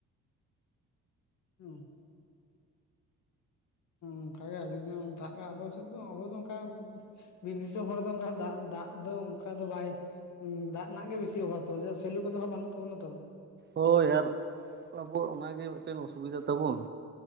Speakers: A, on the left; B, on the right.
A: ᱦᱩᱸ᱾ ᱚᱝᱠᱟᱜᱮ ᱟᱞᱮ ᱫᱟᱜ ᱟᱵᱚ ᱥᱮᱫ ᱫᱚ ᱟᱵᱚ ᱫᱚ ᱚᱝᱠᱟ ᱩᱸ ᱵᱤᱨ ᱫᱤᱥᱚᱢ ᱦᱚᱲ ᱫᱚ ᱚᱝᱠᱟ ᱫᱟᱜ ᱫᱟᱜ ᱫᱚ ᱚᱝᱠᱟ ᱫᱚ ᱵᱟᱭ ᱦᱩᱸ, ᱫᱟᱜ ᱨᱮᱱᱟᱜ ᱜᱮ ᱵᱤᱥᱤ ᱚᱵᱷᱟᱛ ᱛᱟᱵᱚ ᱪᱮᱫᱟᱜ ᱥᱮᱞᱚ ᱠᱚᱫᱚᱦᱟᱸᱜ ᱵᱟᱱᱩᱜ ᱛᱟᱵᱚᱱᱟ ᱛᱚ᱾
B: ᱦᱳᱭ ᱟᱨ ᱟᱵᱚᱣᱟᱜ ᱚᱱᱟᱜᱮ ᱢᱤᱫᱴᱮᱱ ᱚᱥᱩᱵᱤᱫᱟ ᱛᱟᱵᱚᱱ᱾